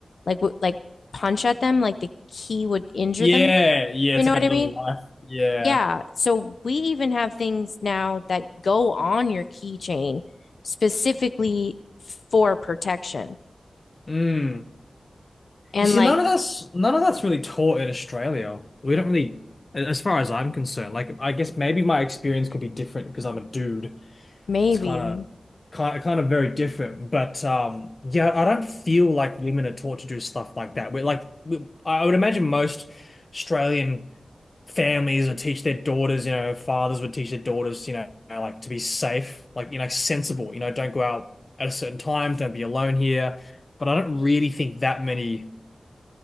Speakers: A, on the left (about 80°); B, on the left (about 40°).
A: like w like punch at them, like the key would injure
B: Yeah,
A: them.
B: yeah,
A: You
B: it's
A: know
B: like
A: what
B: a little
A: I mean?
B: life. Yeah.
A: Yeah, so we even have things now that go on your keychain specifically for protection.
B: Mm.
A: And
B: You see,
A: like
B: none of that's none of that's really taught in Australia. We don't really, a- as far as I'm concerned. Like, I guess maybe my experience could be different because I'm a dude.
A: maybe,
B: It's kind of kind of, kind of very different. But um, yeah, I don't feel like women are taught to do stuff like that. We're like, we, I would imagine most Australian. families would teach their daughters, you know, fathers would teach their daughters, you know, like to be safe, like, you know, sensible, you know, don't go out at a certain time, don't be alone here. But I don't really think that many